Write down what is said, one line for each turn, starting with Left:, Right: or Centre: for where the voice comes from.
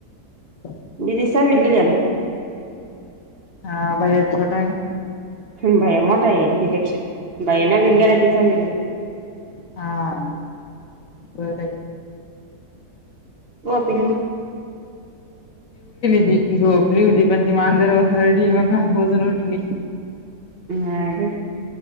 Left: <unintelligible> <unintelligible>
Right: निधी सहावीला गेल्या का?
Left: हां भैय्या छोटा आहे.
Right: भैय्या मोठा आहे निधीपेक्षा भैय्या नववीत गेला आणि ती सहावीला.
Left: हां बरंय.
Right: ओ पिल्लू
Left: मी झोपली होती पण ती मांजर व हरडी हे ना आजून उठली.
Right: नाही ग